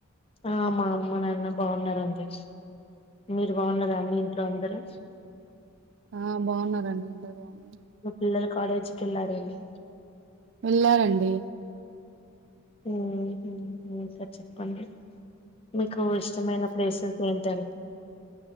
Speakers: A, on the left (about 25°); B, on the right (about 55°).
A: ఆ మా అమ్మ నాన్న బాగున్నార్ అండి మీరు బాగున్నరా అండి ఇంట్లో అందరు
B: ఆ బాగున్నారండి అందరు బాగున్నారు
A: మీ పిల్లలు కాలేజ్కి వెళ్లారేమో,
B: వెళ్ళారండి.
A: హుమ్ హుమ్ ఇంకా చెప్పండి. మీకు ఇష్టమైన ప్లేసెస్ ఏంటండి.